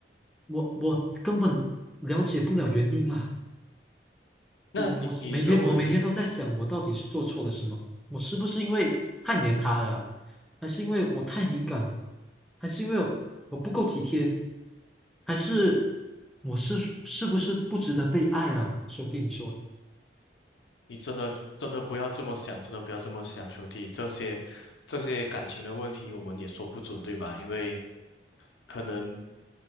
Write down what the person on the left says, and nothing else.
那你你认为？
你真的真的不要这么想，真的不要这么想，兄弟，这些这些感情的问题，我们也说不准，对吧？因为可能